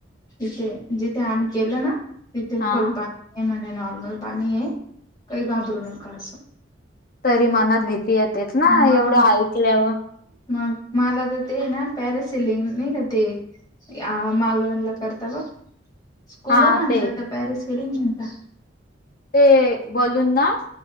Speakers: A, on the left; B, on the left.
A: तिथे जिथे आम्ही केलं ना. तिथे
B: हा
A: खोल पाणी नाहिये म्हणे नॉर्मल पाणी हे काही घाबरू नका असं.
B: तरी मनात भीती येतेेच ना
A: मग
B: एवढं ऐकल्यावर.
A: मग मला तर ते ना पॅरासिलिंग नाही का ते. अ मालवणला करतावा. स्कूबा
B: हा
A: म्हणतात
B: ते
A: तर पॅरा स्लिडिंग म्हणतात?
B: ते बलून ना?